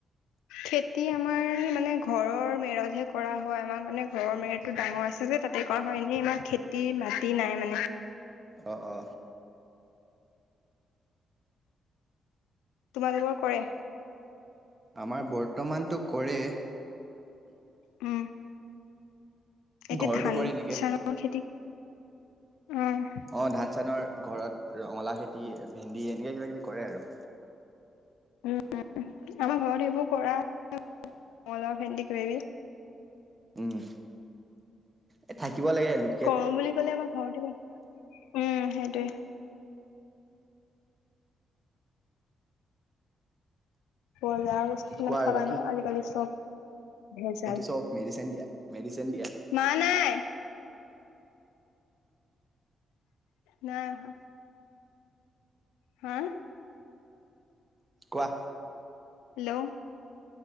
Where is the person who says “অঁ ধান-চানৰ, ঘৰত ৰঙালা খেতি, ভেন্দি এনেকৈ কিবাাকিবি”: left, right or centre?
Right